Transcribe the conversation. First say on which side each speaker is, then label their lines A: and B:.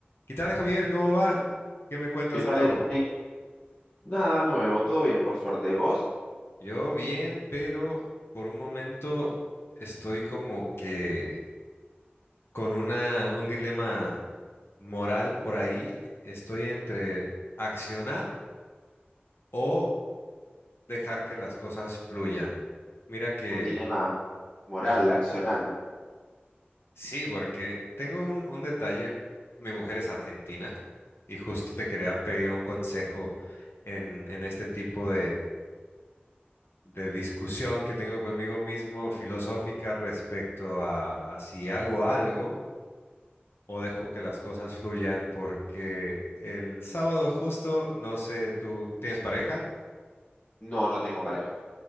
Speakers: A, on the left; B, on the left.
A: ¿Qué tal, Javier? ¿Cómo va? ¿Qué me cuentas
B: ¿Qué
A: de
B: tal,
A: nuevo?
B: Eric? Nada nuevo, todo bien por suerte. ¿Vos?
A: Yo bien, pero por un momento estoy como que con una, un dilema moral por ahí. Estoy entre accionar o dejar que las cosas fluyan. Mira que,
B: Un dilema moral,
A: ajá,
B: accional.
A: sí, porque tengo un, un detalle. Mi mujer es argentina y justo te quería pedir un consejo en, en este tipo de discusión que tengo conmigo mismo filosófica respecto a, a si hago algo o dejo que las cosas fluyan, porque el sábado justo, no sé, ¿tú tienes pareja?
B: No, no tengo pareja.